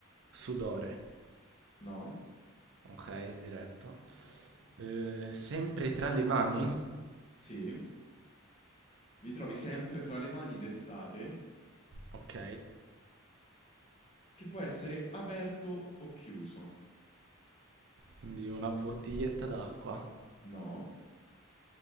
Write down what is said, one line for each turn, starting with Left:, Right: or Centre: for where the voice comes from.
Right: Sudore,
Left: No?
Right: ok, diretto. Eh, sempre tra le mani?
Left: Sì? Mi trovi sempre fra le mani d'estate,
Right: Ok,
Left: che può essere aperto o chiuso.
Right: quindi una bottiglietta d'acqua.
Left: No?